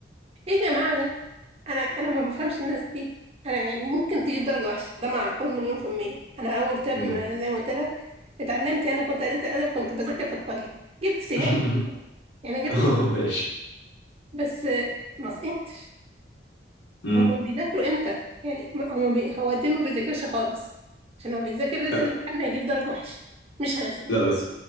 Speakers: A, on the right; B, on the left.
A: إيه يا جماعة ده أنا أنا ما بفهمش الناس دي أنا يعني ممكن تجيب درجة وحشة ده معقول مليون في المية أنا أول ترم
B: مم.
A: آه، زي ما قلت لك اتعلمت يعني كنت قريت أدب كنت بذاكر في الطريق جبت سي
B: <laughs>
A: يعني جبت
B: اه
A: درجة
B: ماشي
A: بس ما سقطتش
B: امم
A: هما بيذاكروا امتى يعني ما- هما بي... هو قد إيه ما بيذاكرش خالص عشان لو بيذاكر ليلة
B: لا
A: الامتحان هيجيب درجة وحشة مش هيسقط
B: لا بس